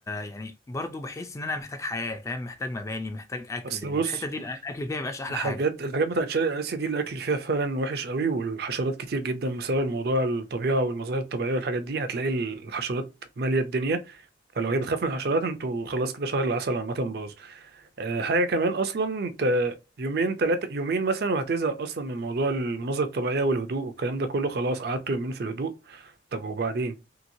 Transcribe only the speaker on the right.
اصل
بص
الحاجات
الحاجات بتاعت شرق اسيا دي الاكل فيها فعلا وحش قوي والحشرات كتير جدا بسبب الموضوع الطبيعه والمظاهر الطبيعيه والحاجات دي هتلاقي الحشرات ماليه الدنيا فلو هي بتخاف من الحشرات انتوا خلاص كده شهر العسل عامه باظ أه حاجه كمان اصلا انت يومين ثلاثه يومين مثلا وهتزهق اصلا من موضوع المناظر الطبيعيه والهدوء والكلام ده كله خلاص قعدتوا يومين في الهدوء طب وبعدين